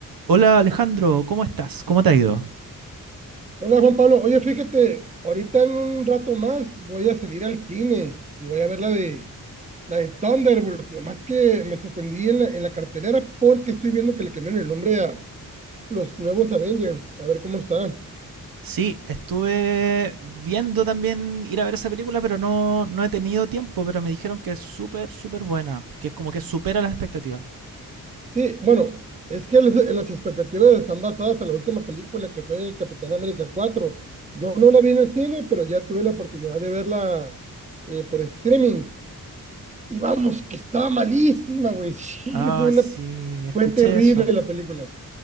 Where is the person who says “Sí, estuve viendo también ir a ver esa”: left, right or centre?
Right